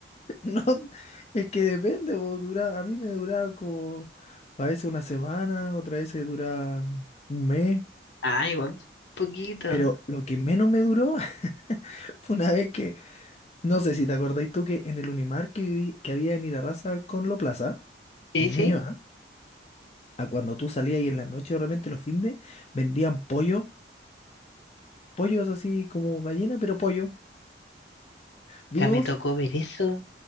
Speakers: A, on the left; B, on the left.
A: No, es que depende, pues, dura, a mí me duraba como a veces una semana, otras veces dura un mes.
B: Ah, igual, poquito.
A: Pero lo que menos me duró <laughs> fue una vez que, no sé si te acordáis tú que en el Unimar que viví, que había en Irarrázaval con Lo Plaza,
B: Sí,
A: en
B: sí,
A: Ñuñoa, a cuando tú salías y en la noche de repente los findes, vendían pollo, pollos así como gallina, pero pollo, vivos,
B: ya me tocó ver eso.